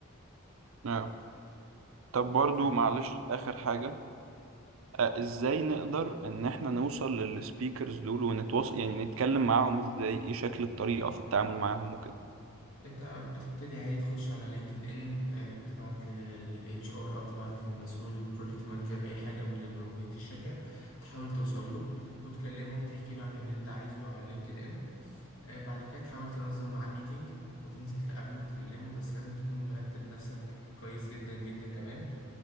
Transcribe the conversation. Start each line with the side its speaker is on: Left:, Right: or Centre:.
Right: آه. طب برضو
Left: فن
Right: معلش آخر حاجة آه إزاي نقدر إن إحنا نوصل للسبيكرز دول ونتواصل يعني نتكلم معاهم إزاي إيه شكل الطريقة في التعامل معاهم وكده؟
Left: انت بتبتدي عادي تخش على لينكد ان آه، تبعت للاتش ار او تبعت للمسؤول بروجكت مانجر اي حاجه من الموجودين في الشركه تحاول توصل له وتكلمه وتحكي له عن اللي انت عايزه على لينكد ان آه، بعد كده تحاول تنظم معاه ميتنج وتنزل تقابله وتكلمه بس لازم تكون مرتب نفسك كويس جدا جدا كمان